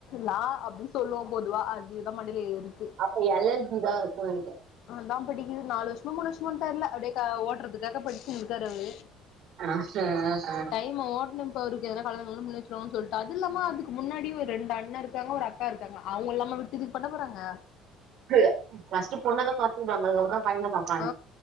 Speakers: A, on the left (about 60°); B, on the right (about 55°).
A: லா அப்டினு சொல்லு பொதுவா அதுதா மண்டைல ஏறுது
B: அப்ப எல் எல் பி தா இருக்கு நெனைக்றே
A: அதா படிக்குது நாலு வர்ஷமோ மூணு வர்ஷமோனு தெர்ல அப்டியே ஓட்றதுக்காக படிச்சுனு இருக்காரு அவரு
B: ஆ ஹ ஹ
A: டைம்ம ஓட்னு இப்ப அவுருக்கு எதன கல்யாணோ கில்யானோ முண்ணி வச்சு னு சொல்ட்டு அது இல்லாம அதுக்கு முன்னாடி ஒரு ரெண்டு அண்ணா இருக்காங்க ஒரு அக்கா இருக்காங்க அவுங்க இல்லாம விட்டுட இதுக்கு பண்ணபோறாங்க
B: <unintelligible> ஃபஸ்ட் பொண்ணலா பாத்துடுவாங்க அதுகப்றோ தா பையன பாப்
A: ஆ